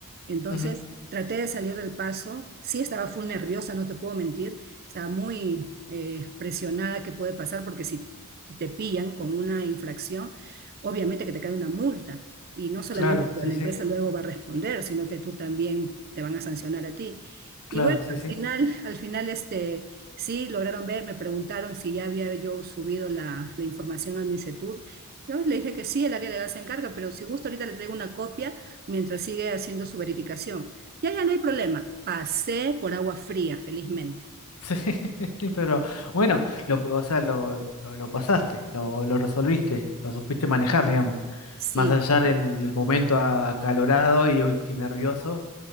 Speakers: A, on the right; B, on the left.
A: Entonces
B: Ujú,
A: traté de salir del paso. Sí estaba full nerviosa, no te puedo mentir. Estaba muy eh, presionada que puede pasar porque si te pillan con una infracción, obviamente que te cae una multa. Y no solamente
B: Claro,
A: pues,
B: sí,
A: la
B: sí,
A: empresa luego va a responder, sino que tú también te van a sancionar a ti.
B: claro,
A: Y bueno,
B: sí, sí.
A: al final, al final este, sí lograron ver, me preguntaron si ya había yo subido la, la información al MINCETUR. Yo le dije que sí, el área legal se encarga, pero si gusta ahorita le traigo una copia mientras sigue haciendo su verificación. Ya, ya no hay problema. Pasé por agua fría, felizmente.
B: Sí, <laughs> pero bueno, lo, o sea, lo, lo, lo pasaste, lo, lo resolviste, lo supiste manejar, digamos.
A: Sí,
B: Más allá del, del momento a- acalorado y uy, qué nervioso.